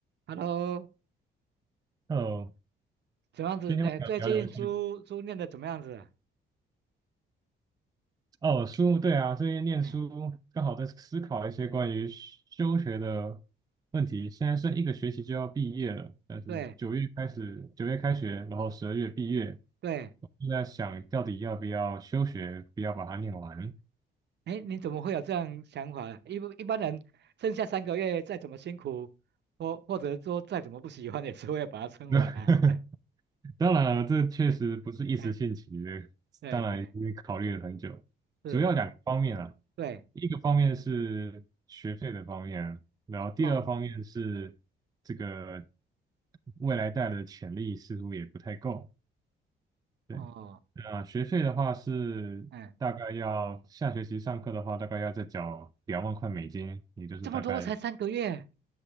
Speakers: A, on the right; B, on the right.
A: Hello，
B: 哦，
A: 怎么样子？
B: 今天我想聊聊一些
A: 哎，最近书书念的怎么样子啊？
B: 哦书，对啊，最近念书刚好在思考一些关于休学的
A: 哎，
B: 问题。现在剩一个学期就要毕业了，但是九月开始，
A: 对，
B: 九月开学，
A: 哎
B: 然后十二月毕业，
A: 对，
B: 我就在想到底要不要休学，不要把它念完。
A: 哎，你怎么会有这样想法啊？一般一般人剩下三个月，再怎么辛苦，或或者说再怎么不喜欢，也是会把它撑完啊。
B: <laughs>
A: <laughs>
B: 当然了，这确实不是一时兴起的，
A: 哎，哎，对对
B: 当然因为考虑了很久，
A: 是，
B: 主要两个方面啊，
A: 对，
B: 一个方面是学费的方面啊，然后第二方面是这个
A: 哦
B: 未来带的潜力似乎也不太够，对，
A: 哦，
B: 那学费的话是大概要下学期上课的话，
A: 嗯，
B: 大概要再缴两万块美金，也就是大概，
A: 这么多才三个月，